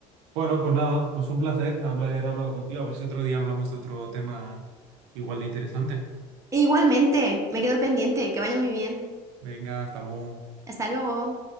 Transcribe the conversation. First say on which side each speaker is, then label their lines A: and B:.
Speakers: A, on the right; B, on the right.
A: Bueno, pues nada, pues un placer haber hablado contigo, a ver si otro día hablamos de otro tema igual de interesante.
B: E igualmente, me quedo pendiente. Que vaya muy bien.
A: Venga, hasta luego.
B: Hasta luego.